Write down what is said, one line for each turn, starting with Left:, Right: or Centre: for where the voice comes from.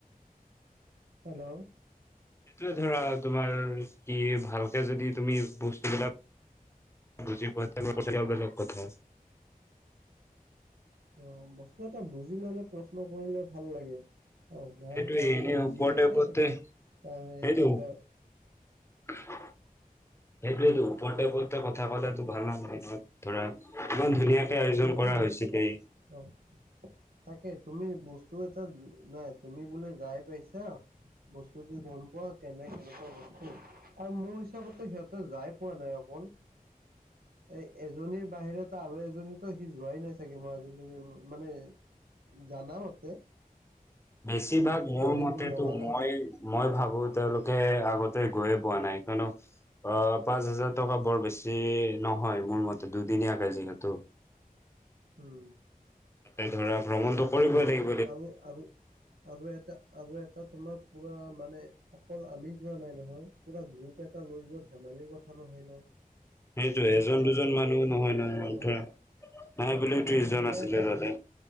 Right: হেল্লো
Left: এইটোৱে ধৰা তোমাৰ কি ভালকে যদি তুমি বস্তু বিলাক বুজি পোৱা তো অলপ তেতিয়া বেলেগ কথা।
Right: অ' বস্তু এটা বুজি ল'লে প্ৰশ্ন কৰিলে ভাল লাগে। অ' নাই
Left: সেইটোৱে
Right: তাই বোলে
Left: এনে
Right: বুজি
Left: ওপৰতে
Right: গৈছে,
Left: ওপৰতে
Right: তাই
Left: সেইটো
Right: কিবা
Left: সেইটোৱেতো ওপৰতে পৰ্ত কথা ক'লে তো ভাল নাপায় নহয়। ধৰা ইমান ধুনীয়াকে আয়োজন
Right: তুমি এটা
Left: কৰা
Right: বস্তু
Left: হৈছিলে।
Right: অ' তাকে তুমি বস্তু এটা নাই তুমি বোলে যাই পাইছা। বস্তুতি গম পোৱা কেনে কেনেকুৱা বস্তু আৰু মোৰ হিচাপতো সিহঁতে যাই পোৱা নাই অকল এ এজনীৰ বাহিৰত আৰু এজনী সি যোৱাই নাই চাগে, মই আজিলৈকে মানে জানামতে
Left: বেছিভাগ মোৰ
Right: এইবোৰ
Left: মতেটো
Right: লগালে
Left: মই মই ভাবো তেওঁলোকে আগতে গৈয়ে পোৱা নাই, কিয়নো অ পাঁচ হাজাৰ টকা বৰ বেছি নহয়, মোৰ মতে দুদিনীয়াকে যিহেতু।
Right: উম।
Left: এই ধৰা ভ্ৰমণটো কৰিবই লাগিব।
Right: আৰু আৰু আৰু এটা আৰু এটা তোমাৰ পুৰা মানে অকল আমি যোৱা নাই নহয়। পুৰা গ্ৰুপ এটা লৈ যোৱাত ধেমালি কথা নহয় ন।
Left: সেইটোৱে
Right: হেণ্ডেল
Left: এজন
Right: কৰাতে
Left: দুজন মানুহ
Right: বহুত
Left: নহয়
Right: হেৰি আছে নহয়।
Left: ধৰা নাই বুলিও ত্ৰিশ
Right: অ
Left: জন
Right: কিবা
Left: আছিলে
Right: এটা,
Left: তাতে।